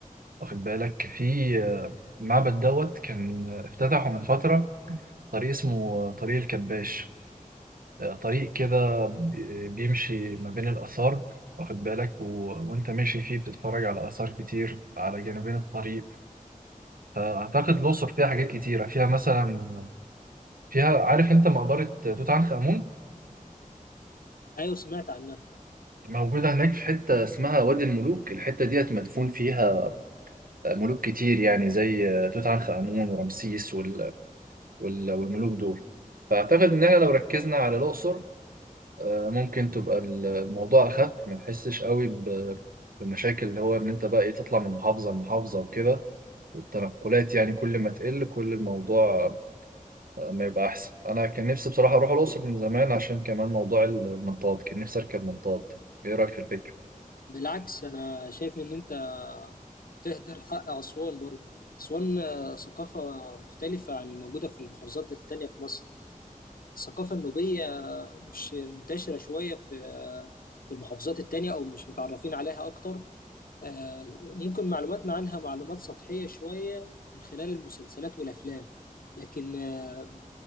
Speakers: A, on the right (about 80°); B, on the left (about 85°).
A: واخد بالك في آه، المعبد دوت كان آه، افتتحه من فترة طريق اسمه آه، طريق الكباش طريق كده بي- بيمشي ما بين الآثار واخد بالك و... وأنت ماشي فيه بتتفرج على آثار كتير على جانبين الطريق فأعتقد الأقصر فيها حاجات كتيرة فيها مثلا فيها عارف أنت مقبرة توت عنخ آمون
B: أيوة سمعت عنها
A: موجودة هناك في حتة اسمها وادي الملوك الحتة ديت مدفون فيها ملوك كتير يعني زي توت عنخ آمون ورمسيس وال... وال... والملوك دول فأعتقد إن احنا لو ركزنا على الأقصر آه، ممكن تبقى ال- الموضوع أخف ما تحسش قوي ب- بمشاكل اللي هو إن أنت بقى إيه تطلع من محافظة لمحافظة وكده والتنقلات يعني كل ما تقل كل الموضوع آه، ما يبقى أحسن أنا كان نفسي بصراحة أروح الأقصر من زمان عشان كمان موضوع المنطاد كان نفسي أركب منطاد إيه رأيك في الفكرة؟
B: بالعكس أنا شايف إن أنت تهدر حق أسوان برضه أسوان آه، ثقافة مختلفة عن الموجودة في المحافظات التانية في مصر الثقافة النوبية مش منتشرة شوية في في المحافظات التانية أو مش متعرفين عليها أكتر آه، ممكن معلوماتنا عنها معلومات سطحية شوية من خلال المسلسلات والأفلام لكن آه،